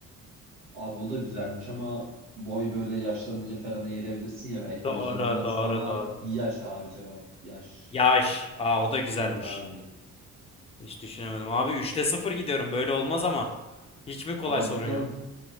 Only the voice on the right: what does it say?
Abi o da güzelmiş ama boy böyle yaşlanınca falan eğilebilirsin ya belki
o yüzden olmaz
ama
yaş abi cevap yaş.
Evet abi.
Abi
bakalım.